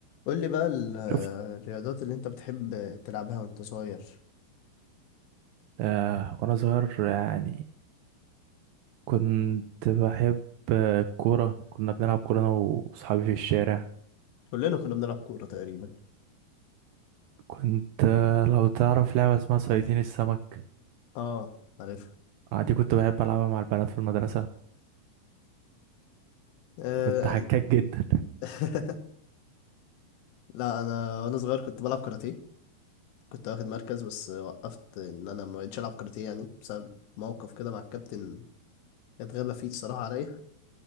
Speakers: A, on the left; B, on the right.
A: قول لي بقى ال-
B: شفت
A: الرياضات اللي انت بتحب تلعبها وانت صغير
B: آه وانا صغير يعني كنت بحب آه، الكورة كنا بنلعب كورة انا واصحابي في الشارع
A: كلنا كنا بنلعب كورة تقريبا
B: كنت آه، لو تعرف لعبة اسمها صيادين السمك
A: اه عارفها
B: آه دي كنت بحب العبها مع البنات في المدرسة
A: آه،
B: كنت حكاك جدا
A: <laughs> لا انا وانا صغير كنت بلعب كاراتيه كنت واخد مركز بس وقفت ان انا ما بقتش العب كاراتيه يعني بسبب موقف كده مع الكابتن اتغابى فيه الصراحة عليا